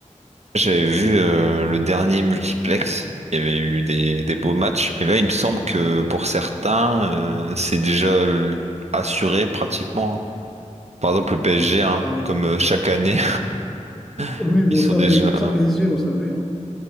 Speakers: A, on the right; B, in the centre.
A: J'avais vu euh, le dernier multiplex, il y avait eu des, des beaux matchs, mais là il me semble que pour certains euh, c'est déjà euh, assuré pratiquement. hein. Par exemple le PSG, hein,
B: Alors, il-
A: comme euh, chaque année, <laughs>
B: oui, bon,
A: ils sont
B: ça,
A: déjà,
B: PS- ça PSG, on savait, hein.